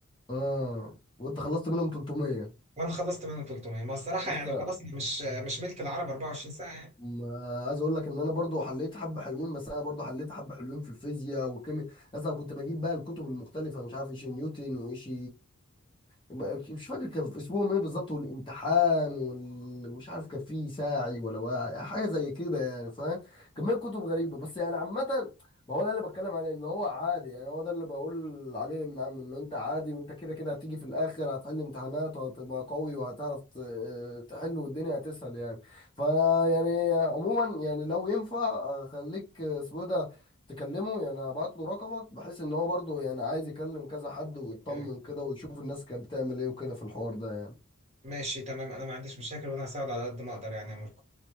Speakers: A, on the left; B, on the right.
A: اه وانت خلصت منهم 300
B: وانا خلصت منهم 300 ما الصراحة
A: بس
B: يعني خلاص أنا مش مش ملك العرب 24 ساعة يعني
A: ما عايز اقول لك ان انا برضو حليت حبه حلوين بس انا برضو حليت حبه حلوين في الفيزياء والكيمياء اصلا كنت بجيب بقى الكتب المختلفه مش عارف ايش نيوتن وايش ما- مش فاكر كان في اسمهم ايه بالظبط والامتحان وال... مش عارف كان في ساعي ولا واعي حاجه زي كده يعني فاهم كميه كتب غريبه بس يعني عامه ما هو ده اللي بتكلم عليه ان هو عادي يعني هو ده اللي بقول عليه ان عم ان انت عادي وانت كده كده هتيجي في الاخر هتحل امتحانات وهتبقى قوي وهتعرف ت- تحل والدنيا هتسهل يعني فانا يعني عموما يعني لو ينفع خليك اسمه ده تكلمه يعني هبعت له رقمك بحيث ان هو برضه يعني عايز يكلم كذا حد ويطمن
B: أوكي.
A: كده ويشوف الناس كانت بتعمل ايه وكده في الحوار ده يعني
B: ماشي تمام انا ما عنديش مشاكل وانا هساعد على قد ما اقدر يعني يا ماركو